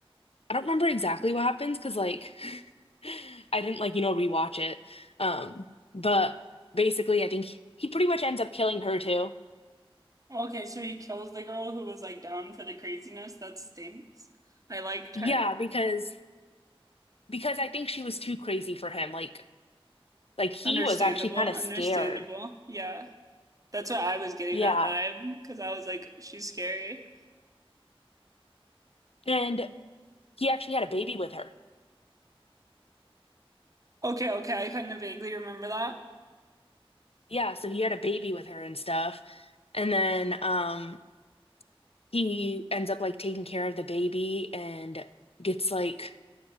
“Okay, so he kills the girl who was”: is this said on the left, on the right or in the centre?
Right